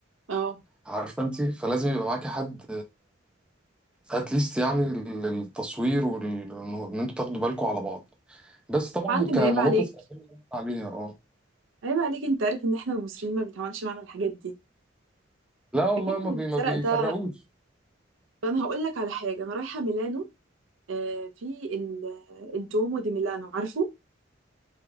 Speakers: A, on the right; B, in the centre.
A: اه
B: عارفه انت فلازم يبقى معاكي حد اتليست يعني للتصوير وال- وان انتوا تاخدوا بالكم على بعض بس طبعا
A: معلم
B: كمناطق
A: عيب عليك
B: سياحية عليها اه
A: عيب عليك انت عارف ان احنا المصريين ما بيتعملش معانا الحاجات دي
B: لا والله
A: اكيد اللي
B: ما بي
A: اتسرق
B: ما بيفرقوش
A: ده انا هقول لك على حاجه انا رايحه ميلانو آه في ال- الدومو دي ميلانو عارفه